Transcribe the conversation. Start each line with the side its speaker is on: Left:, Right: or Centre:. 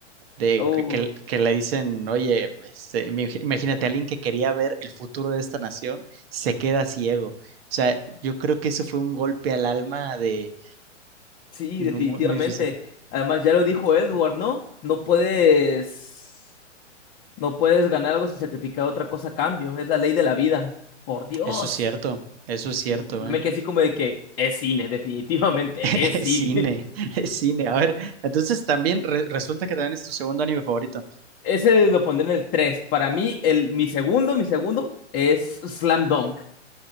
Right: de
Left: uh.
Right: que, que- que le dicen, oye, este, imag- imagínate, alguien que quería ver el futuro de esta nación se queda ciego. O sea, yo creo que eso fue un golpe al alma de...
Left: Sí,
Right: No,
Left: definitivamente.
Right: muy, muy difícil.
Left: Además, ya lo dijo Edward, ¿no? No puedes, no puedes ganar algo sin sacrificar otra cosa a cambio. Es la ley de la vida. Por Dios.
Right: Eso es cierto, eso es cierto,
Left: Y yo
Right: ¿eh?
Left: me quedé así como de que es cine, <laughs> definitivamente,
Right: <laughs>
Left: es cine.
Right: Es cine, es cine. A ver, entonces también re- resulta que también es tu segundo anime favorito.
Left: <laughs> Ese lo pondré en el 3. Para mí, el, mi segundo, mi segundo es Slam Dunk.